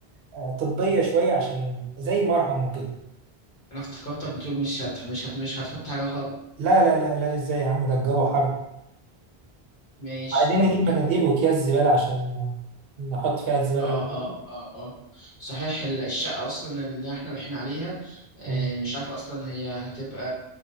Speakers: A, on the right; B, on the left.
A: آه، طبية شوية عشان زي مرهم وكده
B: انا افتكرتك بتقول مش هت مش هت مش هتحط حاجه خالص
A: لا لا لا لا ازاي يا عم ده الجو حر
B: ماشي
A: عايزين
B: طب
A: نجيب مناديل وأكياس زبالة عشان آه، نحط فيها الزبالة
B: اه
A: وكده
B: اه اه اه صحيح ال- الشقه اصلا اللي احنا احنا عليها آه،
A: مم.
B: مش عارف اصلا هي هتبقى